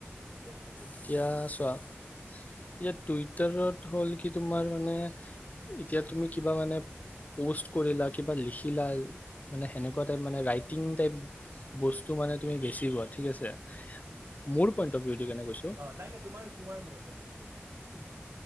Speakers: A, on the right; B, on the left.
A: বস্তুটো
B: এতিয়া চোৱা এতিয়া টুইটাৰত হ'ল কি তোমাৰ মানে এতিয়া তুমি কিবা মানে প'ষ্ট কৰিলা কিবা লিখিলা মানে সেনে
A: হুম
B: কোৱাটাইপ মানে ৰাইটিংটাইপ বস্তু মানে তুমি বেছি কোৱা ঠিক আছে মোৰ পইন্ অফ দি মানে কইছো
A: অ নাই নাই তোমাৰ তোমাৰ হয় বন্ধুকীটো পৰা